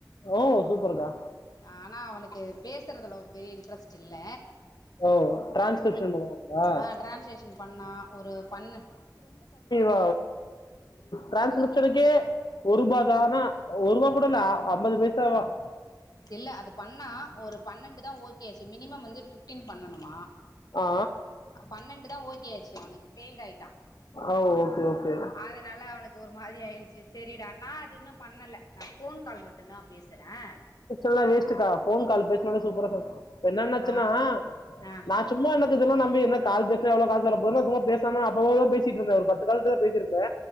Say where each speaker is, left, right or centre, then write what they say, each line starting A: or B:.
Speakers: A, on the left; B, on the left.
A: ஓ சூப்பர்க்கா
B: ஆனா அவனுக்கு பேசுறதுல பெரிய ஒரு இன்டரஸ்ட் இல்ல
A: ஓ டிரான்ஸ்கிரிப்ஷன் பண்ணுவாங்களா
B: ஆ டிரான்ஸ்கிரிப்ஷன் பண்ணான் ஒரு பண்ணு
A: <unintelligible> டிரான்ஸ்லக்ஷனுக்கே ஒரு பா ஆனா ஒரு ரூபா கூட இல்ல ஐம்பது பைசா தான்
B: இல்ல அது பண்னா ஒரு பன்னண்டு தான் ஓகே ஆச்சு மினிமம் வந்து பிப்டீன் பண்ணனுமா
A: ஆ
B: பண்ணண்டு தான் ஒகே ஆச்சு பெயில் ஆகிட்டான்
A: ஓ ஓகே ஓகே
B: அதனால அவனுக்கு ஒரு மாதிரி ஆயிடுச்சு சரிடா நான் அது இன்னும் பண்ணல நான் ஃபோன் கால் மட்டும் தான் பேசுறேன்
A: ல்லாம் வேஸ்டக்கா ஃபோன் கால் பேசனாலே சூப்பரா பேசு என்ன நெனச்சன்னா
B: ஆ ஆ
A: நான் சும்மா என்ன இது எல்லாம் நம்பி என்ன கால் பேசல எவ்ளோ காசு வர போகுது சும்மா பேசாம அப்பப்ப பேசி த்திட்ருந்தே ஒரு பத்து கால்தா பேசிருப்பே